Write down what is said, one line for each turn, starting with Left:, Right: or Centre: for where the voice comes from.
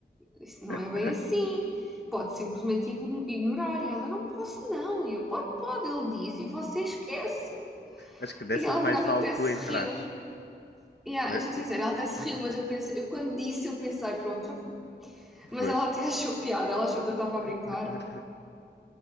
Centre: isso não
Left: <laughs>
Centre: é bem assim. Pode simplesmente igno- ignorar. E ela, não posso não. E eu, pode, pode. Ele diz e você esquece.
Left: Acho que nessas
Centre: E ela,
Left: mais
Centre: por acaso,
Left: vale
Centre: até se
Left: tu entrares.
Centre: riu. E ah,
Left: Eh,
Centre: eu vou dizer,
Left: eh,
Centre: ela até se riu, mas eu pensei, eu quando disse, eu pensei, pronto, já fui. Mas
Left: Pois.
Centre: ela até achou piada, ela achou que eu estava a brincar.
Left: <laughs>